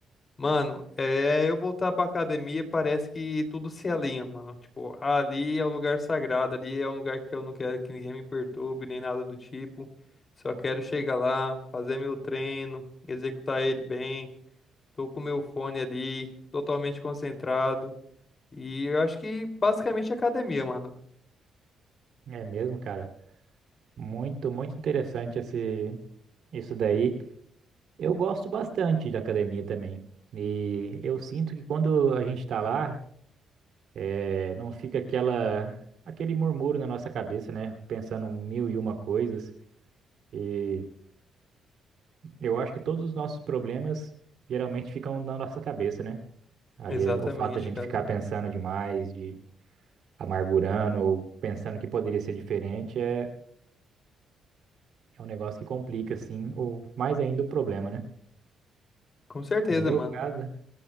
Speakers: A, on the left; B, on the right.
A: Mano, é, eu voltar pra academia parece que tudo se alinha, mano. Tipo, ali é o lugar sagrado, ali é um lugar que eu não quero que ninguém me perturbe, nem nada do tipo. Só quero chegar lá, fazer meu treino, executar ele bem. Tô com meu fone ali, totalmente concentrado. E eu acho que basicamente é academia, mano.
B: É mesmo, cara. Muito, muito interessante esse, isso daí. Eu gosto bastante da academia também. E eu sinto que quando a gente tá lá, eh, não fica aquela, aquele murmúrio na nossa cabeça, né? Pensando mil e uma coisas. E eu acho que todos os nossos problemas geralmente ficam na nossa cabeça, né? Ali,
A: Exatamente,
B: eh, o fato da gente
A: cara.
B: ficar pensando demais, de amargurando ou pensando que poderia ser diferente é, é um negócio que complica, assim, o, mais ainda o problema, né?
A: Com certeza,
B: No meu
A: mano.
B: caso,